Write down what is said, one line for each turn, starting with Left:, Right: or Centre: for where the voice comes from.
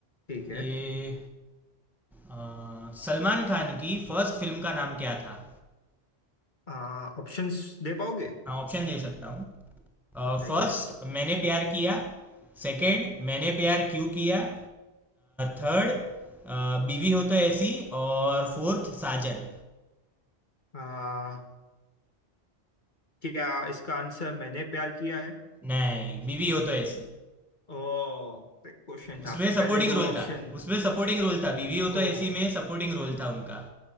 Left: ठीक है
Centre: ये अ, सलमान खान की फर्स्ट फिल्म का नाम क्या था
Left: आ ऑप्शंस दे पाओगे
Centre: हाँ ऑप्शन दे सकता हूँ फर्स्ट
Left: बताइए
Centre: uh, मैंने प्यार किया सेकंड मैंने प्यार क्यों किया थर्ड uh, uh, बीवी हो तो ऐसी और फोर्थ साजन
Left: आ क्या इसका आंसर मैंने प्यार किया है
Centre: नहीं बीवी हो तो ऐसी
Left: ओ क्वेश्चन
Centre: उसमें
Left: था आपने
Centre: सपोर्टिंग
Left: पहले दो
Centre: रोल
Left: ऑप्शन
Centre: था उसमें सपोर्टिंग रोल था बीवी हो
Left: ओ
Centre: तो ऐसी में सपोर्टिंग रोल था उनका